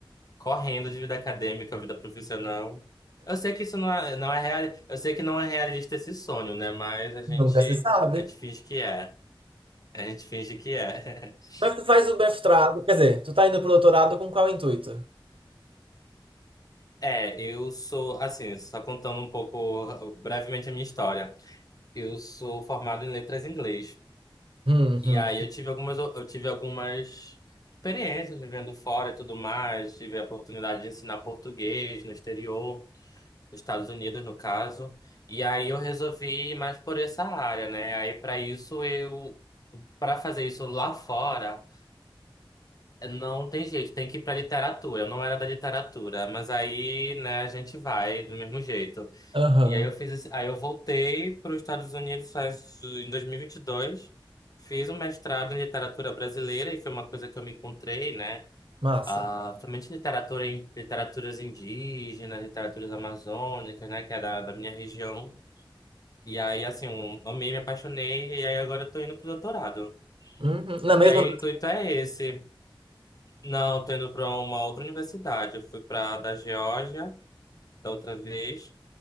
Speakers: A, on the left; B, on the right.
A: correndo de vida acadêmica, vida profissional. Eu sei que isso não é, não é real, eu sei que não é realista esse sonho, né? Mas a gente,
B: Nunca se sabe.
A: a gente finge que é. A gente finge que é. <laughs>
B: Mas tu faz o mestrado, quer dizer, tu tá indo pro doutorado com qual intuito?
A: É, eu sou, assim, só contando um pouco uh, brevemente a minha história. Eu sou formado em letras em inglês.
B: Hum,
A: E
B: hum.
A: aí eu tive algumas, eu tive algumas experiências vivendo fora e tudo mais. Tive a oportunidade de ensinar português no exterior, nos Estados Unidos, no caso. E aí eu resolvi ir mais por essa área, né? Aí para isso eu, para fazer isso lá fora. Não tem jeito, tem que ir pra literatura. Eu não era da literatura, mas aí, né, a gente vai do mesmo jeito.
B: Aham,
A: E aí eu fiz esse, aí eu voltei para os Estados Unidos faz- em 2022, fiz um mestrado em literatura brasileira e foi uma coisa que eu me encontrei, né?
B: Massa.
A: Ah, somente literatura em literaturas indígenas, literaturas amazônicas, né, que é da, da minha região. E aí, assim, eu amei, me apaixonei, e aí agora eu tô indo pro doutorado.
B: Uhum. Na mesma.
A: E aí o intuito é esse. Não, tô indo para uma outra universidade. Eu fui para da Geórgia da outra vez